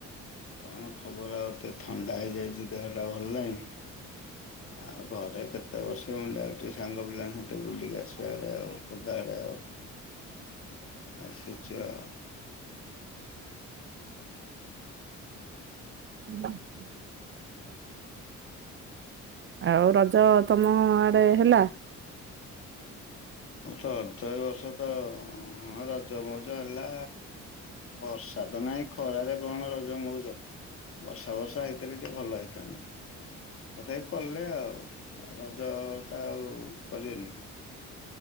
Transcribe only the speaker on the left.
କଣ ଖବର ଆଉ ଟିକେ ଥଣ୍ଡା ହେଇଯାଇଛି ଦେହ ଟା ଭଲ ନାହିଁ।
ଆଉ ଘରେ କେତେ ବସିବ ଆଉ ଟିକେ ସାଙ୍ଗ ପିଲାଙ୍କ ସାଙ୍ଗରେ ଟିକେ ବୁଲିକି ଆସିବା ଆଡେ ଆଉ ଖୋର୍ଦ୍ଧା ଆଡେ ଆଉ।
ଆସିଛି ଆଉ।
ହଁ ତ ରଜ ଏ ବର୍ଷ ତ ହଁ ରଜ ମଉଜ ହେଲା। ବର୍ଷା ତ ନାଇଁ ଖରାରେ କଣ ରଜମଉଜ। ବର୍ଷା, ବର୍ଷା ହେଇଥିଲେ ଟିକେ ଭଲ ହେଇଥାନ୍ତା। ତଥାପି କଲେ ଆଉ ରଜଟା ଆଉ କରିବେନି।